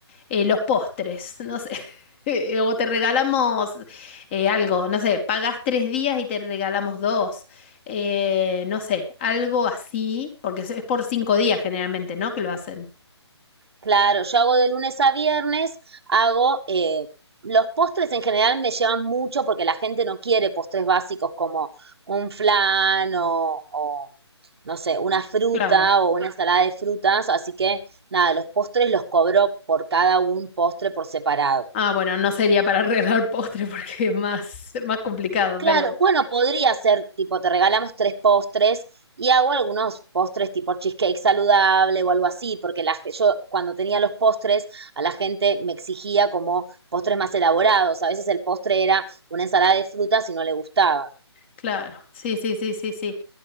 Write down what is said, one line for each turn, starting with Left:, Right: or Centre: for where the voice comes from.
Left: eh, los postres, no sé. <laughs> O te regalamos eh, algo, no sé, pagas tres días y te regalamos dos. Eh, no sé, algo así, porque es es por cinco días generalmente, ¿no? Que lo hacen.
Right: Claro, yo hago de lunes a viernes, hago, eh, los postres en general me llevan mucho porque la gente no quiere postres básicos como un flan o, o, no sé, una fruta
Left: Claro.
Right: o una ensalada de frutas, así que nada, los postres los cobro por cada un postre por separado.
Left: Ah, bueno, no sería para <laughs> regalar postre porque es más, más complicado,
Right: Claro,
Left: pero
Right: bueno, podría ser tipo, te regalamos tres postres y hago algunos postres tipo cheesecake saludable o algo así, porque la, ge- yo cuando tenía los postres a la gente me exigía como postres más elaborados. A veces el postre era una ensalada de frutas y no le gustaba.
Left: claro. Sí, sí, sí, sí, sí.